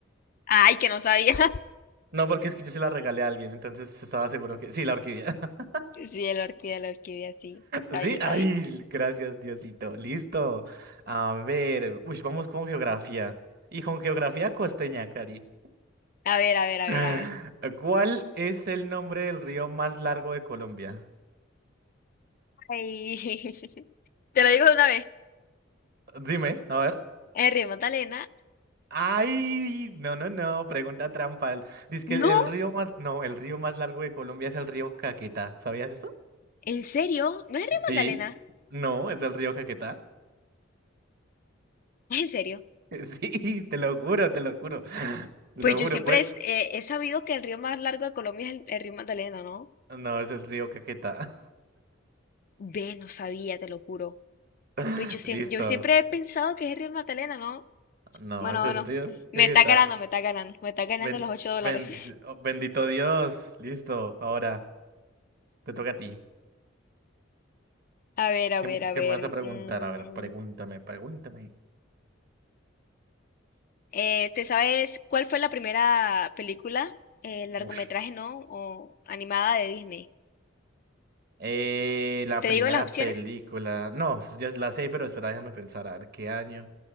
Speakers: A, on the left (about 45°); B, on the right (about 55°).
A: Ay, que no sabía. <laughs>
B: No, porque es que yo se la regalé a alguien, entonces estaba seguro que... Sí, la orquídea. <laughs>
A: Sí, la orquídea, la orquídea, sí. Está
B: Sí,
A: bien, está
B: ay,
A: bien.
B: gracias, Diosito. Listo. A ver, uy, vamos con geografía. Y con geografía costeña, Cari.
A: A ver, a ver, a
B: <laughs>
A: ver, a ver.
B: ¿Cuál es el nombre del río más largo de Colombia?
A: Ay. <laughs> Te lo digo de una vez.
B: Dime, a ver.
A: En Río Magdalena
B: Ay, no, no, no, pregunta trampa. Dice que
A: No,
B: el, el río más, no, el río más largo de Colombia es el río Caquetá. ¿Sabías eso?
A: ¿en serio? ¿No es el río
B: Sí.
A: Magdalena?
B: No, es el río Caquetá. <laughs>
A: <laughs> ¿Es en serio?
B: Sí, te lo juro, te lo juro. <laughs> Te
A: Pues
B: lo
A: yo
B: juro,
A: siempre
B: pues.
A: es- eh, he sabido que el río más largo de Colombia es el, el río Magdalena, ¿no?
B: No, es el río Caquetá.
A: Ve, no sabía, te lo juro.
B: <laughs>
A: Pues yo, siem-
B: Listo.
A: yo siempre he pensado que es el río Magdalena, ¿no?
B: No,
A: Bueno,
B: es el
A: bueno,
B: río
A: <laughs> me
B: Caquetá.
A: está ganando, me está ganando, me está ganando
B: Ben-
A: los ocho dólares.
B: ben-
A: <laughs>
B: oh, bendito Dios. Listo, ahora te toca a ti.
A: A ver,
B: ¿Qué,
A: a ver, a
B: qué
A: ver.
B: me vas a preguntar?
A: mm,
B: A ver, pregúntame, pregúntame.
A: eh, ¿te sabes cuál fue la primera película, eh, largometraje,
B: Ush.
A: ¿no? O animada de Disney.
B: Eh, la
A: ¿Te
B: primera
A: digo las opciones?
B: película. No, s- ya la sé, pero espera, déjame pensar. A ver, ¿qué año?